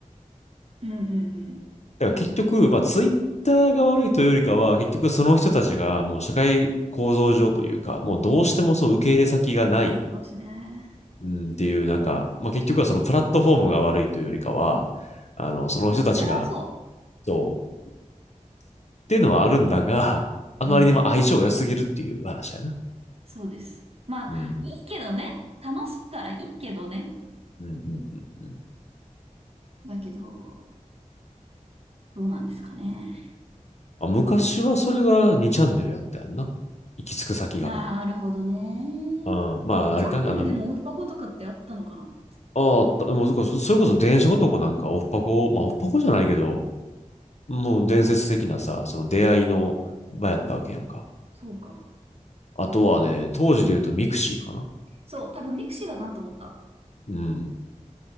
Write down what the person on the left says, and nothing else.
だから結局、まあツイッターが悪いというよりかは、結局その人たちがもう社会構造上というか、もうどうしてもその受け入れ先がない、
うん、っていう、なんか、まあ結局はそのプラットフォームが悪いというよりかは、あの、その人たちが、
そう、っていうのはあるんだが、あまりにも相性が良すぎるっていう話やな。
うん。
うんうんうんうん
あ昔はそれが2チャンネルやったやんな。行き着く先が。
うん。まあ、あれか、
あの、ああ、たもうそこ、それこそ電車男なんかオフパコ、まあオフパコじゃないけど、もう伝説的なさ、その出会いの場やったわけやんか。
あとはね、当時で言うとミクシーかな。
うん。